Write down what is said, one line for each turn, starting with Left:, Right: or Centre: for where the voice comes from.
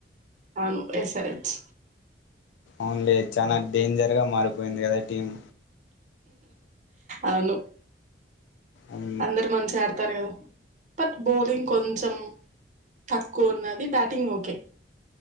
Right: అవును ఎస్ ఆర్ హెచ్
Left: అవునులే చాలా డేంజర్ గా మారిపోయింది కదా టీమ్
Right: అవును
Left: ఉమ్,
Right: అందరు మంచిగా ఆడ్ కదా బట్ బౌలింగ్ కొంచెం తక్కువ ఉన్నది బ్యాటింగ్ ఓకే